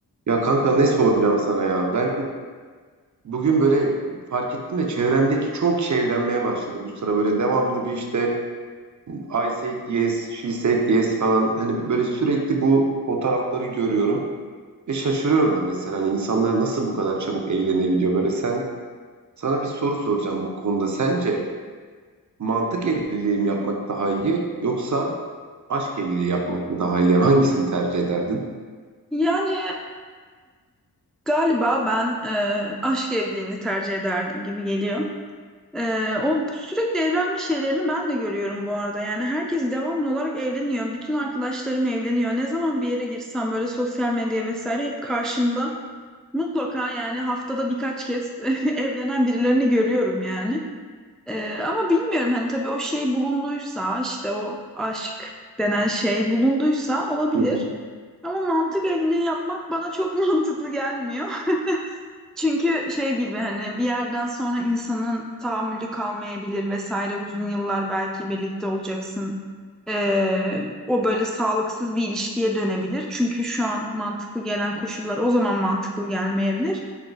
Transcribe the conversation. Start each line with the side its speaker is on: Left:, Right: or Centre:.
Right: Ya kanka ne soracağım sana ya? Ben bugün böyle fark ettim de çevremdeki çok kişi evlenmeye başladı bu sıra böyle devamlı bir işte I said yes, she said yes falan hani böyle sürekli bu fotoğrafları görüyorum ve şaşırıyorum da mesela hani insanlar nasıl bu kadar çabuk evlenebiliyor böyle sen sana bir soru soracağım bu konuda sence mantık evliliği mi yapmak daha iyi yoksa aşk evliliği yapmak mı daha iyi yani hangisini tercih ederdin?
Centre: Yani galiba ben e, aşk evliliğini tercih ederdim gibi geliyor. E, o sürekli evlenme şeylerini ben de görüyorum bu arada. Yani herkes devamlı olarak evleniyor. Bütün arkadaşlarım evleniyor. Ne zaman bir yere girsem böyle sosyal medya vesaire hep karşımda. Mutlaka yani haftada birkaç kez <laughs> evlenen birilerini görüyorum yani. E, ama bilmiyorum hani tabii o şey bulunduysa işte o aşk denen şey bulunduysa olabilir.
Right: Hı hı.
Centre: Ama mantık evliliği yapmak bana çok <laughs> mantıklı gelmiyor. Çünkü şey gibi hani bir yerden sonra insanın tahammülü kalmayabilir vesaire uzun yıllar belki birlikte olacaksın. Ee, o böyle sağlıksız bir ilişkiye dönebilir. Çünkü şu an mantıklı gelen koşullar o zaman mantıklı gelmeyebilir.